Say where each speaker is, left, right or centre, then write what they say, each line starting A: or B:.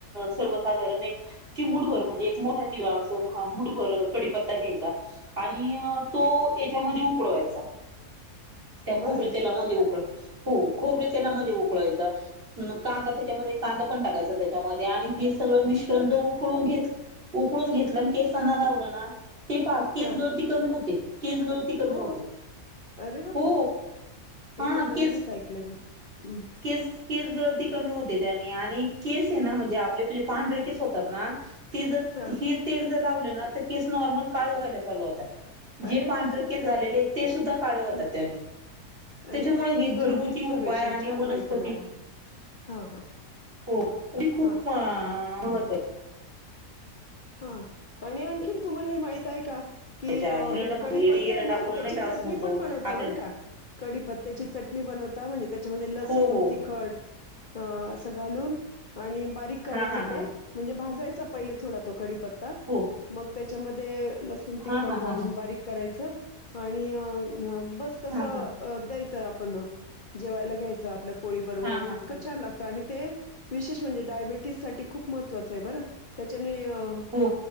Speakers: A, on the right; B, on the left.
A: सर्वसाधारण चिमूडभर म्हणजे एक मोठा चि अस मुठभर कडीपत्ता घ्यायचा आणि तो त्याच्यामध्ये उकडवायचा. त्या खोबरेल
B: बरं
A: तेलामध्ये उकळ हो खोबरे त्यांना मध्ये उकळायचं कांदा त्याच्यामध्ये कांदा पण टाकायचा त्याच्यामध्ये आणि हे सगळं मिश्रण
B: बरं
A: ज उकळून घेत उकळून घेतलं आणि केसांना तेकीच
B: हा
A: गळती कमी होते. केस गळती कमी
B: हो
A: होते
B: अरे वा
A: हो.
B: हे
A: हा
B: तर नवीनच
A: केस
B: ऐकलंय मी हम्म.
A: केस केस गळती कमी होते त्याने आणि केस आहे ना म्हणजे आपलेणजे पांढरे केस होतात ना ते जर
B: हा
A: हे तेल जर लावले ना तर केस नॉर्मल काळे व्हायला चालू होतात. जे
B: अरे
A: पांढरे
B: वा
A: केस झालेले ते सुद्धा काळे
B: हा
A: होतात त्याने.
B: अरे
A: त्याच्यामुळे
B: वा
A: हे
B: छान
A: घरगुती
B: इन्फॉर्मेशन
A: उपाय आणि
B: छान
A: वनस्पती
B: माहिती मिळाली. हां हां
A: हो मी खूप
B: हां
A: अ मत
B: हा आणि आणखीन तुम्हाला हे माहित आहे का? कि
A: आहे
B: हे कडीपत्ता
A: एरंड
B: आहे ना
A: आपण
B: त्याची
A: नाही का
B: चटणी
A: असं म्हणतो
B: पण बनवत
A: आपल्याला
B: बर का. कढीपत्त्याची चटणी बनवता म्हणजे त्याच्यामध्ये लसूण,
A: हो हो
B: तिखट अ अस घालून आणि बारीक करायच
A: हा हा हा
B: ते म्हणजे भाजायच पहिले थोडा तो कडी पत्ता
A: हो
B: मग त्याच्यामध्ये लसण, तिखट
A: हा हा
B: घालून
A: हा हा
B: बारीक करायचं. आणि बस तसं
A: हा हा
B: द्यायचं आपण जेवायला घ्यायचं आपल्या पोळी बरोबर
A: हा
B: वर
A: हा
B: इकं
A: हा
B: छान लागतो. ते विशेष म्हणजे डायबट खूप प मह त्वा च बर त्याच्या ने
A: हो
B: ह